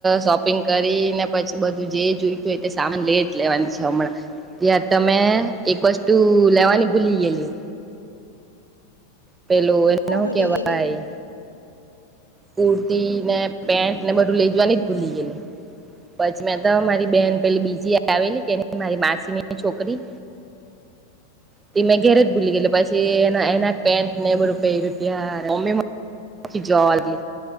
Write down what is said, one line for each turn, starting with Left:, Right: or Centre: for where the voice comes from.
Right: શોપિંગ કરી ને પછી બધું જે જોઈતું હોય તે સામાન લે જ લેવાનું છે હમણાં યાર તમે એક વસ્તુ લેવાની ભૂલી ગયેલી પેલું એને
Left: હું
Right: શું
Left: ભૂલી
Right: કેવાય
Left: ગયેલી
Right: કુર્તી ને પેન્ટ ને બધું લઈ જવાની જ ભૂલી ગયે પછી મે મારી બેહેન પેલી બીજી આ આવેલી કે મારી માસીની છોકરી તી મેં ઘેરે જજ ભૂલી ગયેલી પછી એના એના પેન્ટ ને બધું પહેર્યું તાર મમ્મી ઓછી જવાી